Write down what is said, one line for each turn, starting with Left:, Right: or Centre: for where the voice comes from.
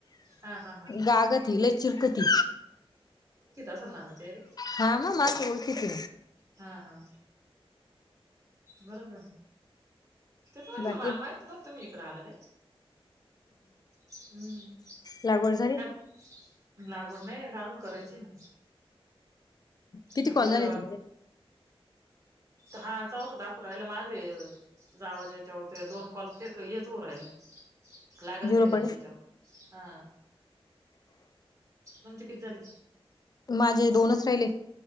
Right: हा हा हा
Left: गाग तला चिरकती
Right: कणारचेर
Left: हा मग माणसं ओळखीची
Right: हा हा बरोबर तेस म्हटलं
Left: बाकी
Right: वाल माहित नव्हत मी इकडं आलं ते हम्म
Left: लागर झारी
Right: लागड नाही घलून करायची ना
Left: किती
Right: आता
Left: कॉल
Right: य
Left: झाले तुमचे
Right: हा चौत दाखो राहिला माझे जावाच्याच्याथ दोन कॉल फेक हेच हो राहिली लागत
Left: झिरो
Right: नाही त्यांच्याच्या
Left: पडले
Right: हा आमचे कती झाले
Left: माझे दोनच राहिले